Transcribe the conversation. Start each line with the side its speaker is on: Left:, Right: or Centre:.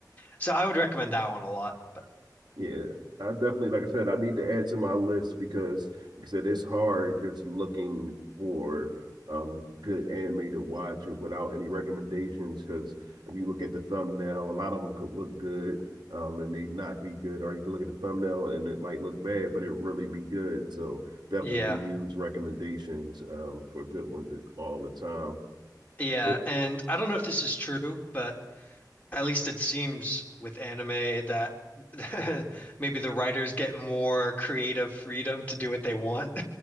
Left: so I would recommend that one a lot but
Right: Yeah, I definitely, like I said, I need to add to my list because, like I said, it's hard just looking for um good anime to watch without any recommendations. Because if you look at the thumbnail, a lot of them could look good, um, and they not be good. Or you can look at the thumbnail and it might look bad, but it really be good. So definitely
Left: yeah
Right: could use recommendations um for good ones all the time.
Left: yeah
Right: It-
Left: and I don't know if this is true but at least it seems with anime that <laughs> maybe the writers get more creative freedom to do what they want